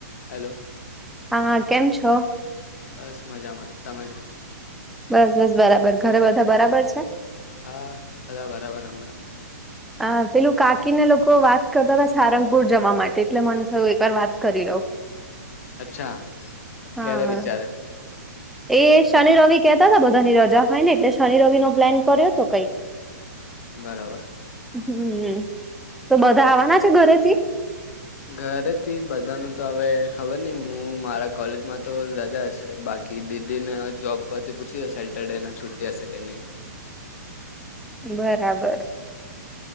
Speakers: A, on the left; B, in the centre.
A: Hello
B: હા કેમ છો
A: બસ મજામાં તમે ક્યા
B: બસ બસ બરાબર ઘરે બધા બરાબર છે
A: હા અ બરાબર હમણા
B: આ પેલું કાકીને લોકો વાત કરતા હતા સારંગપુર જવા માટે એટલે મને થયું એકવાર વાત કરી લોઉ
A: અચ્છા
B: હા
A: ક્યારે વિચારે
B: એ શનિ રવિ કેહેતા હતા બધાની રજા હોય ને એટલે શનિ રવિ નો પ્લાન કર્યો હતો કઈક
A: બરાબર
B: હમ તો બધા આવવાના છે ઘરેથી
A: ઘરેથી બધા ન તો હવે ખબર નઈ હું મારા કોલેજમાં તો રજા હશે બા કે દીદી ને જોબ પરથી પૂછી સેટરડે ને છુટી હશે કે નઈ
B: બરાબર